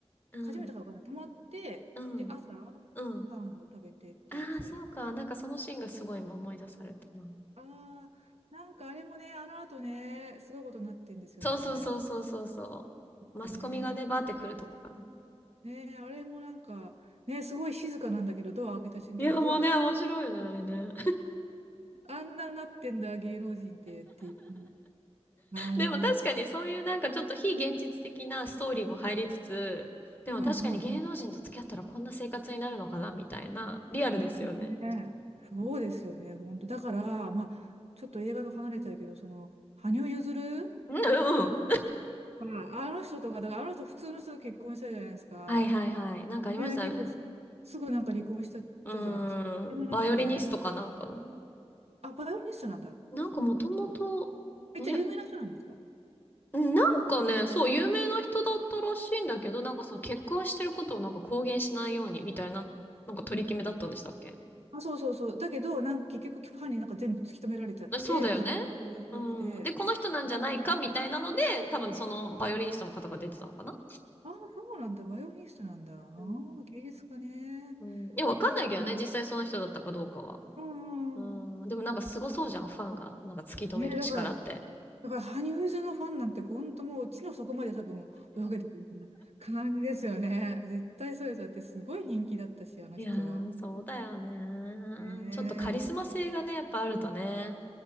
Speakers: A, on the left (about 15°); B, on the right (about 70°).
A: うん、
B: 初めてかわかんない、泊まって、
A: うん、
B: で、朝、
A: うん。
B: パンを食べてっていう、
A: ああ、
B: そういう。
A: そうか。なんかそのシーンがすごい今思い出されたな。
B: ああ、なんかあれもね、あの後ね、すごいことになってんですよね。
A: そうそうそうそうそうそう。
B: だってね、
A: マスコミがね、バーって来るとこかな。
B: ね、あれもなんか、ね、すごい静かなんだけど、ドア開けた瞬間、
A: いや、
B: ブワー、
A: もうね、面白いよね、あれね。
B: あんななってんだ、芸能人って、っていう感じで。
A: でも確かにそういうなんかちょっと非現実的なストーリーも入りつつ、でも確かに芸能人と付き合ったらこんな生活になるのかなみたいな、
B: うんうんうん。
A: リアルですよね。
B: ね、そうですよね、本当。だから、まあ、ちょっと映画と離れちゃうけど、その、羽生結弦
A: うんうん。
B: ああの人とか、だからあの人普通の人と結婚したじゃないですか。
A: はいはいはい。なんかありましたよね。
B: で、結構すすぐなんか離婚しちゃったじゃないですか。
A: うーん。
B: でもなんかね、
A: バイオリニストかなんかの。
B: あ、バイオリニストなんだ。
A: なんかもともと、
B: 一応有名な人なんですか
A: バイオうんなんかね、そう、有名な人だったらしいんだけど、なんかその結婚してることをなんか公言しないようにみたいな、なんか取り決めだったんでしたっけ
B: あ、そうそうそう。だけど、なんか結局ファンになんか全部突き止められちゃって、
A: えそうだよね。
B: 嫌がらせがすごくて。
A: うん。で、この人なんじゃないかみたいなので、多分そのバイオリニストの方が出てたのかな。
B: あ、そうなんだ。バイオリニストなんだ。あ
A: うん。
B: あ芸術家ね。
A: うん。いや、わかんないけどね、
B: そう、だから、
A: 実際その人だったかどうかは。
B: うんうんうん。
A: うん。でもなんかすごそうじゃん、ファンが。なんか突き止める力って。
B: ね、だから、だから羽生結弦のファンなんて本当もう地の底まで多分泳げてるみたいな感じですよね。絶対そうです。だってすごい人気だったし、あの人。
A: いやー、そうだよね。
B: ね
A: ちょっとカリスマ性がね、やっぱあるとね。